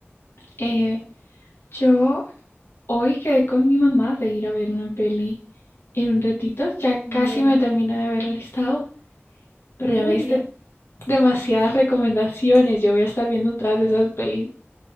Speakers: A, on the left (about 60°); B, on the right (about 50°).
A: eh, yo hoy quedé con mi mamá de ir a ver una peli en un ratito.
B: Bueno,
A: Ya casi me termino de haber alistado, pero
B: Muy
A: ya me diste
B: bien,
A: demasiadas recomendaciones. Yo voy a estar viendo todas esas pelis.